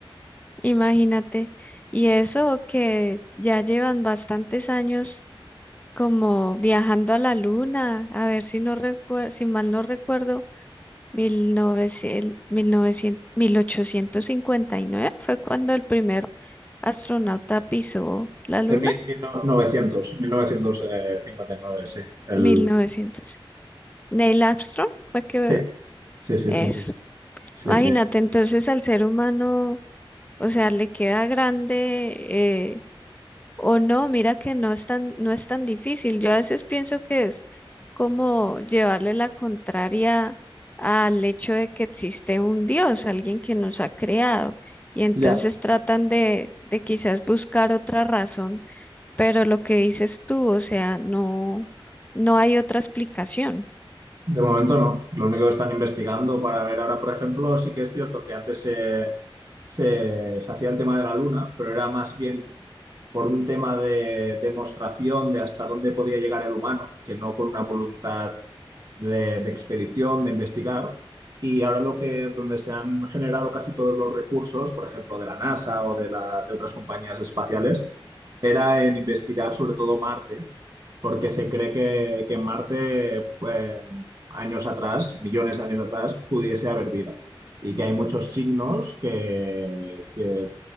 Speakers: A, on the left; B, on the right.
A: Imagínate. Y eso que ya llevan bastantes años como viajando a la luna, a ver si no recuerdo, si mal no recuerdo, mil mil mil novecientos mil ochocientos cincuenta y nueve fue cuando el primer astronauta pisó la luna,
B: En mil- 1900, mil novecientos eh, cincuenta y nueve sí. El,
A: mil novecientos Neil Armstrong fue que
B: sí, sí, sí,
A: eso.
B: sí, sí,
A: Imagínate,
B: sí, sí.
A: entonces al ser humano, o sea, le queda grande eh, O no, mira que no es tan, no es tan difícil. Yo a veces pienso que es como llevarle la contraria al hecho de que existe un Dios, alguien que nos ha creado. Y entonces
B: Ya.
A: tratan de, de quizás buscar otra razón, pero lo que dices tú, o sea, no, no hay otra explicación.
B: De momento no. Lo único que están investigando para ver ahora, por ejemplo, sí que es cierto que antes se, se, se hacía el tema de la luna, pero era más bien por un tema de demostración de hasta dónde podía llegar el humano, que no con una voluntad de, de expedición, de investigar. Y ahora lo que, donde se han generado casi todos los recursos, por ejemplo, de la NASA o de, la, de otras compañías espaciales, era en investigar sobre todo Marte porque se cree que, que en Marte pues, años atrás, millones de años atrás, pudiese haber vida. Y que hay muchos signos que, que